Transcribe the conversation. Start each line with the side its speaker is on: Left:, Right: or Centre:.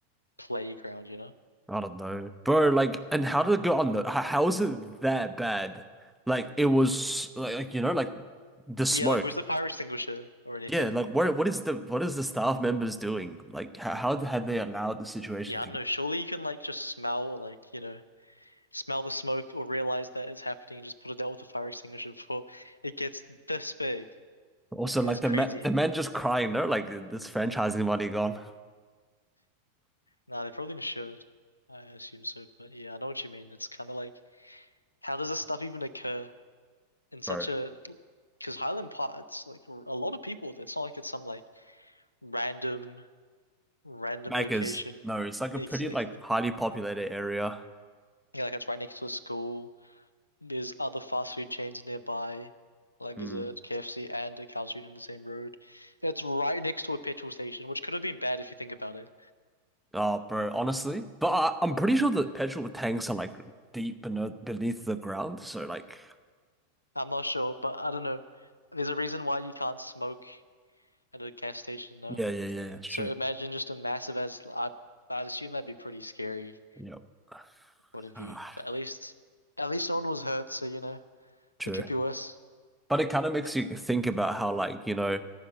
Left: playground, you know?
Centre: I don't know, bro. Like, and how did it go on though? How, how is it that bad? Like, it was like, like you know, like the smoke.
Left: Yeah, like, where's the fire extinguisher or anything?
Centre: Yeah, like what what is the what is the staff members doing? Like, how, how had they allowed the situation
Left: Yeah,
Centre: to?
Left: I don't know. Surely you can like just smell or like you know smell the smoke or realize that it's happening and just put it out with a fire extinguisher <laughs> before it gets this big.
Centre: Also,
Left: Yeah,
Centre: like
Left: it's crazy.
Centre: the man, the man just crying. No, like this franchising money gone,
Left: Nah, they probably should. I assume so, but yeah, I know what you mean. It's kind of like how does this stuff even occur in such
Centre: bro.
Left: a Because Highland Park's like r- a lot of people. It's not like it's some like random, random
Centre: Macca's,
Left: location.
Centre: no, it's like a
Left: Exactly.
Centre: pretty like highly populated area.
Left: Yeah, like it's right next to a school. There's other fast food chains nearby. Like
Centre: Hmm.
Left: there's a KFC and a Carl's Jr. in the same road. It's right next to a petrol station, which could have been bad if you think about it.
Centre: Oh, bro, honestly, but I, I'm pretty sure the petrol tanks are like deep beneath beneath the ground. So like,
Left: I'm not sure, but I don't know. There's a reason why you can't smoke at a gas station, no?
Centre: yeah, yeah, yeah, yeah, it's
Left: So
Centre: true.
Left: imagine just a massive as I, i assume that'd be pretty scary.
Centre: Yep.
Left: point of view.
Centre: Ah,
Left: But at least, At least no one was hurt, so you know,
Centre: true.
Left: it could be worse.
Centre: But it kind of makes
Left: Like,
Centre: you think about how, like, you know,